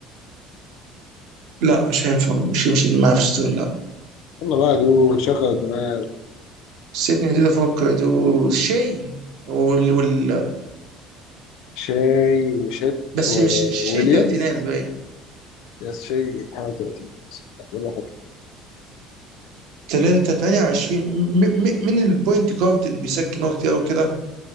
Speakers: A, on the right; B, on the left.
A: لا مش هينفع مش مش المنافسة دول لا
B: يلا بقى يا دود شغل الدماغ
A: سيبني كده افكر دول شيء وال وال
B: شاي وشت
A: بس
B: وويليامز
A: شيء تلاتينات باين
B: يس شاي 31 يلا خطر
A: 3 28 م- م- من البوينت جارد اللي بيسجل نقط كتير قوي كده